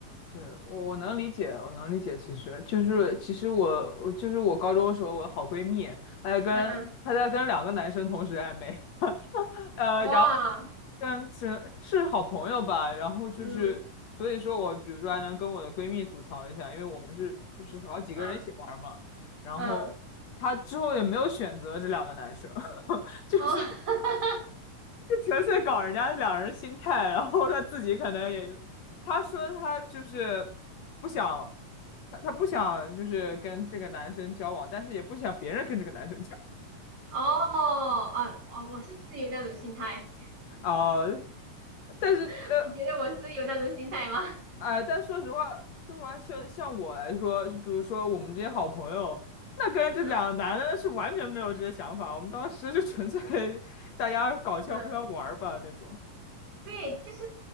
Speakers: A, on the left; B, on the right.
A: 对，我我能理解，我能理解。其实就是其实我我就是我高中的时候，我的好闺蜜，她在跟她在跟两个男生同时暧昧，
B: 嗯，
A: <laughs> 呃，
B: 哇，
A: 然后跟是是好朋友吧，然后就是所以说我比如说还能跟我的闺蜜吐槽一下，
B: 嗯，
A: 因为我们是就是好几个人一起玩嘛，
B: 啊，
A: 然后她之后也没有选择这两个男生。
B: 嗯，
A: <laughs> 就是
B: 哦，<laughs>
A: 就纯粹搞人家两人心态，然后他自己可能也，他说他就是不想，他他不想就是跟这个男生交往，但是也不想别人跟这个男生交
B: 哦，啊，哦，我是不是有那种心态？
A: 往。哦、但是呃
B: <laughs> 你觉得我是有那种心态吗？
A: 哎、但说实话，说实话，像像我来说，就比如说我们这些好朋友，那跟这两个男的是完全没有这些想法，
B: 嗯
A: 我们当时就纯粹大家搞笑互相玩儿吧那种。
B: 嗯。对，就是